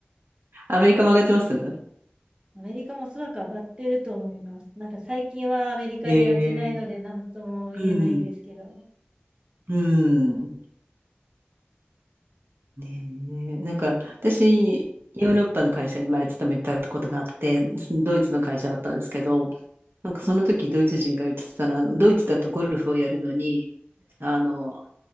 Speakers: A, on the right; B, on the right.
A: アメリカも上がってます
B: アメリカもおそらく上がってると思います。なんか最近はアメリカでやってないので何とも言えないんですけど、
A: ええうん。うん。ねえ、なんか私、ヨーロッパの会社に前勤めたことがあって、ドイツの会社だったんですけど、なんかその時ドイツ人が言ってたのは、ドイツだとゴルフをやるのに、あの、